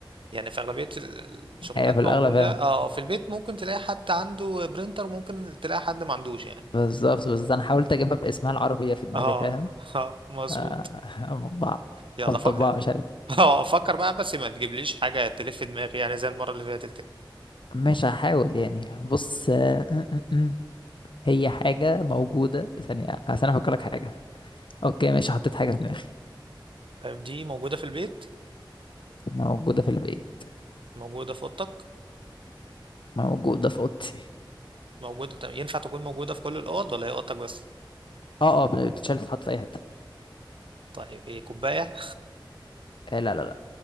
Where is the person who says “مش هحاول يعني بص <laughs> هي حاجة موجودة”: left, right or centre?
Left